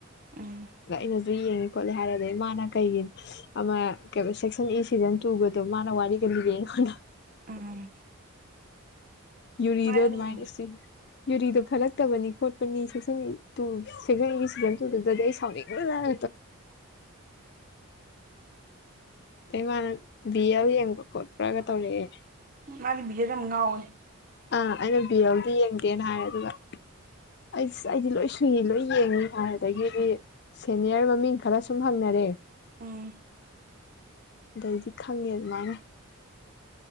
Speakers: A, on the right (about 40°); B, on the left (about 50°).
A: ꯎꯝ
B: ꯑꯗ ꯑꯩꯅꯁꯨ ꯌꯦꯡꯉꯦ ꯈꯣꯠꯂꯦ ꯍꯥꯏꯔꯗꯤ ꯃꯥꯅ ꯀꯩꯒꯤꯅ ꯑꯃ ꯁꯦꯛꯁꯟ ꯏꯁ ꯁꯤꯖꯟ ꯇꯨꯒꯗꯣ ꯃꯥꯅ ꯋꯥꯔꯤꯒ ꯂꯤꯔꯦ ꯑꯩꯉꯣꯟꯗ
A: ꯎꯝ ꯎꯝ
B: ꯌꯨꯔꯤꯗꯣ
A: ꯃꯥꯅꯤ
B: ꯑꯗꯨꯃꯥꯏꯅ ꯌꯨꯔꯤꯗꯣ ꯐꯠꯂꯛꯇꯕꯅꯤ ꯈꯣꯠꯄꯅꯤ ꯁꯦꯛꯁꯟ ꯇꯨ ꯁꯤꯖꯟꯒꯤ ꯁꯤꯖꯟ ꯇꯨꯗꯨꯗꯗꯤ ꯑꯩ ꯁꯥꯎꯅꯤꯡꯕꯅ ꯑꯩ ꯃꯥꯅ ꯚ ꯑꯦꯜ ꯌꯦꯡꯕ꯭ꯔꯥ ꯈꯣꯠꯄ꯭ꯔꯥꯒ ꯇꯧꯔꯛꯑꯦ
A: ꯃꯥꯗꯤ ꯕꯤꯖꯦꯗ ꯑꯃ ꯉꯥꯎꯕꯅꯦ
B: ꯑꯥ ꯑꯩꯅ ꯕꯤ ꯑꯦꯜꯗꯤ ꯌꯦꯡꯗꯦꯅ ꯍꯥꯏꯔꯦ ꯑꯗꯨꯒ ꯑꯩꯁ ꯑꯩꯗꯤ ꯂꯣꯏ ꯁꯨꯏ ꯂꯣꯏ ꯌꯦꯡꯉꯤ ꯍꯥꯏꯔꯦ ꯑꯗꯒꯤꯗꯤ ꯁꯦꯅꯤꯌꯔ ꯃꯃꯤꯡ ꯈꯔ ꯁꯨꯝ ꯍꯪꯅꯔꯦ
A: ꯎꯝ
B: ꯑꯗꯩꯗꯤ ꯈꯪꯉꯦ ꯑꯗꯨꯃꯥꯏꯅ